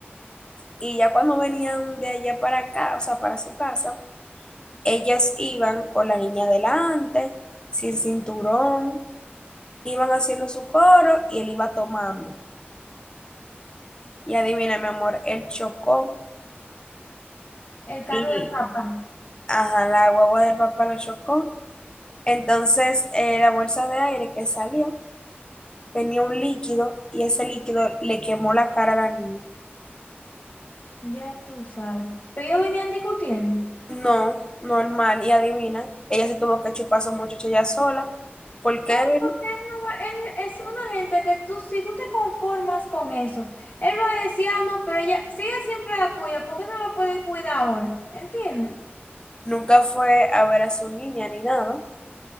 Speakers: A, on the left (about 20°); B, on the left (about 40°).
A: y ya cuando venían de allá para acá, o sea, para su casa, ellos iban con la niña delante, sin cinturón, iban haciendo su coro y él iba tomando. Y adivina, mi amor, él chocó
B: el carro
A: y,
B: del papá.
A: ajá, la guagua del papá lo chocó. Entonces, eh, la bolsa de aire que salió tenía un líquido y ese líquido le quemó la cara a la niña.
B: Ya tú sabes. Pero ellos venían discutiendo.
A: No, normal. Y adivina, ella se tuvo que chupar a su muchacho ella sola, porque
B: Claro,
A: él
B: porque él, no va- él es una gente que tú, si tú te conformas con eso, él va a decir, ah, no, pero ella, si ella siempre la cuida, ¿por qué no la puede cuidar ahora? ¿Entiendes?
A: nunca fue a ver a su niña ni nada.